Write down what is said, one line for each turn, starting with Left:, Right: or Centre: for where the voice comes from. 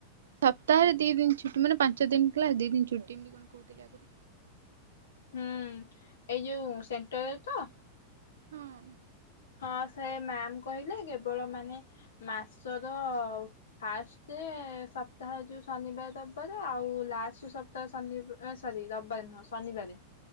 Right: ସପ୍ତାହରେ ଦି ଦିନ ଛୁଟି ମାନେ ପାଞ୍ଚ ଦିନଥିଲା ଦି ଦିନ ଛୁଟି ଏମତି କଣ କହୁଥିଲି ଆଗରୁ
Left: ହୁଁ ଏଇ ଯୋଉ ସେଣ୍ଟର ତ।
Right: ହୁଁ
Left: ହଁ ସେ ମ୍ୟାାମ କହିଲେ କେବଳ ମାନେ ମାସର ଫାଷ୍ଟ ସପ୍ତାହ ଯୋଉ ଶନିବାର ରବିବାର ଦବ ଆଉ ଲାଷ୍ଟ। ତ ଶନିବ ସରି ରବିବାର ନୁହଁ ଶନିବାରେ।